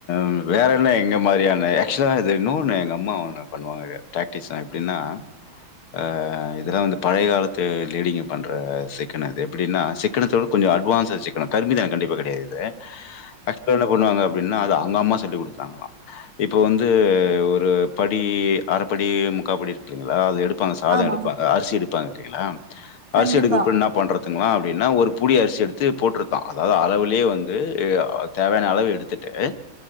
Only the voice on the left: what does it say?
ம் வேற என்ன எங்க மாரியான ஆக்சுவலா இது இன்னொன்னு எங்க அம்மா ஒண்ணு பண்ணுவாங்க. பிராக்டிஸ்சா எப்டின்னா. ஆ இதெல்லா வந்து பழைய காலத்து லேடிங்க பண்ற சிக்கன இது எப்படின்னா சிக்கனத்த கொஞ்ச அட்வான்ஸ்சா சிக்கன கருமிதன கண்டிப்பா கெடையாது. பண்ணுவாங்க அப்டின்னா அது அங்க அம்மா சொல்லி குடுத்தாங்கலா இப்போ வந்து ஒரு படி அரபடி முக்கா படி இருக்குல்லீங்களா அது எடுப் பாங்க சாத
எடுப்பாங்க
அரிசி எடுப்பாங்க கேங்களா
அரிசி எடுக்கப்ப இன்னா. பண்றதுங்களா அப்டின்னா ஒரு புடி அரிசி எடுத்து போட்று பா அதாவது அளவுலேயே வந்து ஆ தேவையான அளவு எடுத்துட்டு.